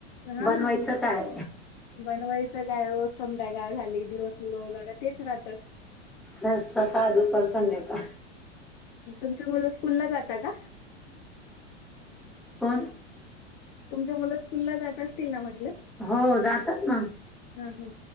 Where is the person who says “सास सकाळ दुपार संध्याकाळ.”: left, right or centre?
Centre